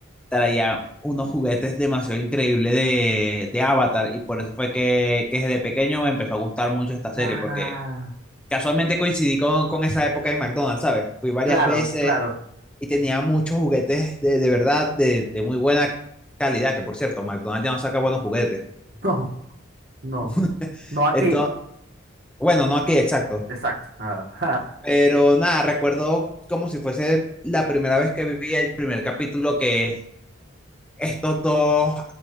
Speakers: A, in the centre; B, on the right (about 50°).
A: traían unos juguetes demasiado increíbles de, de Avatar y por eso fue que, que desde pequeño me empezó a gustar mucho esta
B: nah.
A: serie porque casualmente coincidí con, con esa época en McDonald's, ¿sabes? Fui varias
B: Claro,
A: veces
B: claro.
A: y tenía muchos juguetes de, de verdad de, de muy buena calidad, que por cierto, McDonald's ya no saca buenos juguetes.
B: <laughs> No, no.
A: <laughs>
B: No aquí.
A: Entonces, bueno, no aquí, exacto.
B: Exacto. Nada. <laughs>
A: Pero nada, recuerdo como si fuese la primera vez que vi el primer capítulo que estos dos